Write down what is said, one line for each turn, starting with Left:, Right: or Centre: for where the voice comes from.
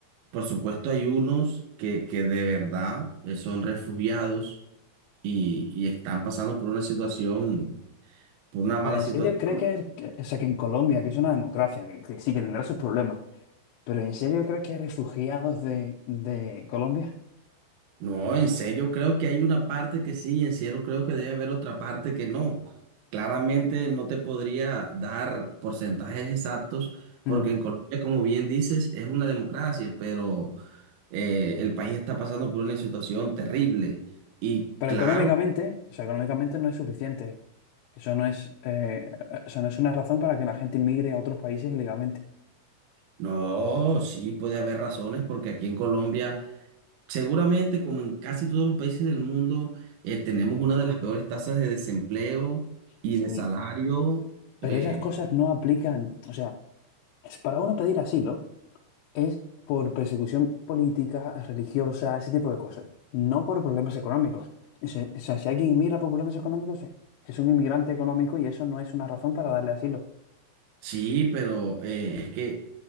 Right: por supuesto, hay unos que, que de verdad eh, son refugiados y, y están pasando por una situación, por una mala
Left: ¿Pero en
Right: situación
Left: serio crees que, que- o sea, que en Colombia, que es una democracia, que, que sí que tendrá sus problemas, pero en serio crees que hay refugiados de, de Colombia?
Right: No, en serio, creo que hay una parte que sí, en serio, creo que debe haber otra parte que no. Claramente no te podría dar porcentajes exactos, porque
Left: Mm.
Right: en Colombia, como bien dices, es una democracia, pero eh, el país está pasando por una situación terrible. Y
Left: Pero
Right: claro,
Left: económicamente, o sea, económicamente no es suficiente. Eso no es, eh, eso no es una razón para que la gente inmigre a otros países ilegalmente.
Right: no, sí puede haber razones, porque aquí en Colombia, seguramente, como en casi todos los países del mundo, eh, tenemos una de las peores tasas de desempleo y
Left: Sí,
Right: de salario.
Left: pero
Right: eh,
Left: esas cosas no aplican. O sea, es para uno pedir asilo. es por persecución política, religiosa, ese tipo de cosas, no por problemas económicos. Ese- O sea, si alguien mira por problemas económicos, eh, es un inmigrante económico y eso no es una razón para darle asilo.
Right: Sí, pero eh, es que